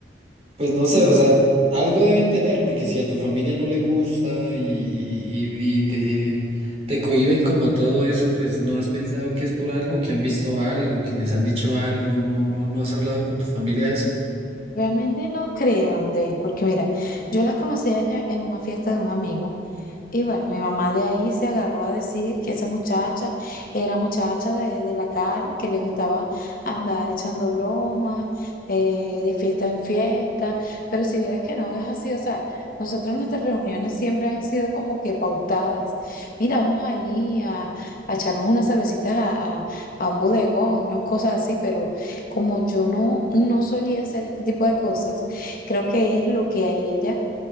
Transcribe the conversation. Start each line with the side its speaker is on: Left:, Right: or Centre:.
Right: Pues no sé,
Left: Mira,
Right: o sea, algo deben tener, porque si a tu familia no le gusta y, y, y- y te, te cohíben como todo eso, pues no has pensado que es por algo, que han visto algo, que les han dicho algo, no, no, no has hablado con tu familia de eso.
Left: Realmente no creo, Andrés, porque mira, yo las conocí a ellas en una fiesta de un amigo. Y bueno, mi mamá de ahí se agarró a decir que esa muchacha era muchacha de, de la calle, que le gustaba andar echando bromas, eh, de fiesta en fiesta, pero si vieras que no es así, o sea, nosotros nuestras reuniones siempre han sido como que pautadas, mira, vamos ahí a, a echarnos unas cervecitas a, a, a un bodegón y unas cosas así, pero como yo no, no solía hacer este tipo de cosas, creo que es lo que a ella